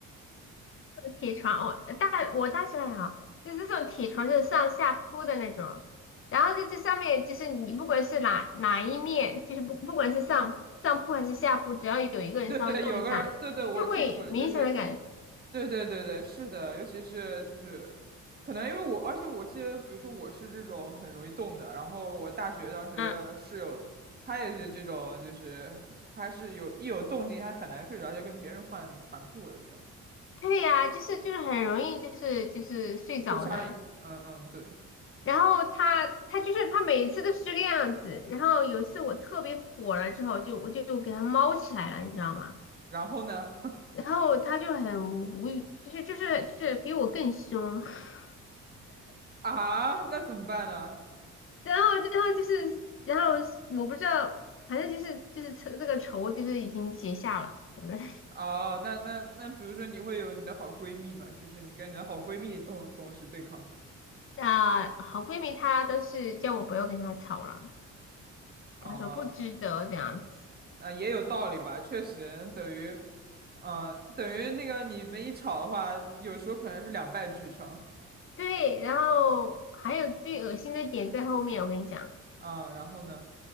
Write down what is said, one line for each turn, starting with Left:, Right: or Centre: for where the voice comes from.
Left: 铁床，我呃大我大学还好，就是这种铁床就是上下铺的那种，然后在这上面就是你不管是哪哪一面，就是不不管是上上铺还是下铺，只要有一个人稍微动一下，
Right: 对对，有个人，对对，
Left: 你就会明显的感，
Right: 我清楚了，就是，对对对对，是的，尤其是就是，可能因为我，而且我记得，比如说我是这种很容易动的，然后我大学当时的室友，
Left: 嗯，
Right: 她也是这种，就是她是有一有动静，她很难睡着，就跟别人换床铺了，这样
Left: 对呀、就是就是很容易就是就是睡着的。
Right: 互相影嗯嗯，对，
Left: 然后他他就是他每次都是这个样子，然后有一次我特别火了之后，就我就给他猫起来了，你知道吗？
Right: 然后呢，
Left: 然后他就很无语，就是就是就是比我更凶，<laughs>
Right: 啊，那怎么办呢？
Left: 然后然后就是然后我不知道，反正就是就是这个仇就是已经结下了。<laughs>
Right: 哦，那那那，比如说你会有你的好闺蜜嘛，就是你跟你的好闺蜜同同时对抗她。
Left: 那好闺蜜她都是叫我不要跟她吵了，
Right: 哦，
Left: 她说不值得这样子。
Right: 啊，也有道理吧，确实等于，嗯、等于那个你们一吵的话，有时候可能是两败俱伤。
Left: 对，然后还有最恶心的点在后面，我跟你讲。
Right: 嗯，然后呢？